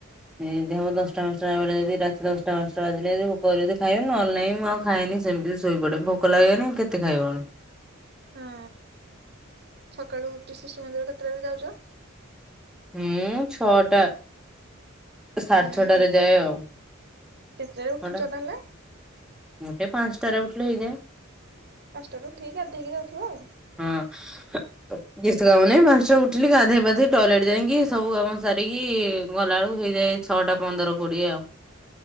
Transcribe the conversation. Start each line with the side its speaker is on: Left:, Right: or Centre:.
Centre: ଏଇଦିହବ ଦଶଟା ପାଞ୍ଚଟା ବେଳେ ଯଦି ରାତି ଦଶଟା ପାଞ୍ଚଟା ବାଜିଲେ ଯବି ଭୋକକରିବ ଯେ ଖାଇବା ନହଲେ ନାଇଁ ମ ଖାଏନି ସେମିତି ଶୋଇ ପଡ଼େ ଭୋକ ଲାଗେନି କେତେ ଖାଇବଣ୍
Right: ହଁ ସକାଳୁ ଉଠି ଶିଶୁ ମନ୍ଦିର କେତେବେଳେ ଯାଉଚ?
Centre: ମୁଁ ଛଅଟା ସାଢ୍
Right: ହୁଁ
Centre: ଛଅଟାରେ ଯାଏ ଆଉ <inaudible>
Right: କେତେଟାରେ ଉଠୁଚ
Centre: ଅଟା
Right: ତାହେଲେ?
Centre: ମୁଁଟେ ପାଞ୍ଚଟାରେ ଉଠଲେ ହେଇଯାଏ।
Right: ପାଞ୍ଚଟାରୁ ଉଠିକ୍ ଗାଧେଇକି ଯାଉଥୁବ ଆଉ।
Centre: ହଁ <unintelligible> <unintelligible> ଗେସ୍ଥ କାମୁନି ମାଷ୍ଟ ଉଠିଲି ଗାଧେଇ ପାଧେଇ ଟଏଲେଟ୍ ଯାଇଁକି ସବୁ କାମ ସାରିକିଇ ଗଲା ବେଳୁ ଦୋଇଧାଇ ଛଅଟା ପନ୍ଦର କୋଡ଼ିଏ ଆଉ।